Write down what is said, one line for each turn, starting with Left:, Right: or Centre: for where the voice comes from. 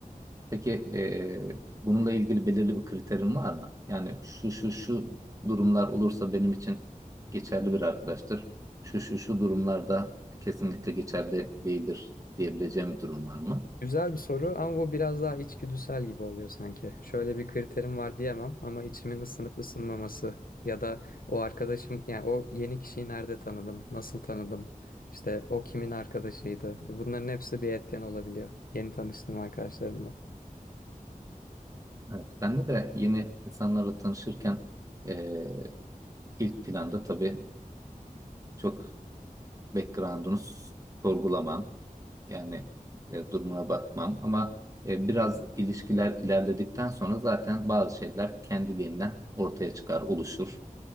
Right: Peki eee, bununla ilgili belirli bir kriterin var mı? Yani şu şu şu durumlar olursa benim için geçerli bir arkadaştır. Şu şu şu durumlarda kesinlikle geçerli değildir diyebileceğim bir durum var mı?
Left: Güzel bir soru ama bu biraz daha içgüdüsel gibi oluyor sanki. Şöyle bir kriterim var diyemem ama içimin ısınıp ısınmaması ya da o arkadaşım yani o yeni kişiyi nerede tanıdım, nasıl tanıdım, işte o kimin arkadaşıydı. Bunların hepsi bir etken olabiliyor. Yeni tanıştığım arkadaşlarımla.
Right: Evet. Bende de yeni insanlarla tanışırken eee, ilk planda tabii çok background'unu sorgulamam. Yani e, durumuna bakmam ama e, biraz ilişkiler ilerledikten sonra zaten bazı şeyler kendiliğinden ortaya çıkar, oluşur.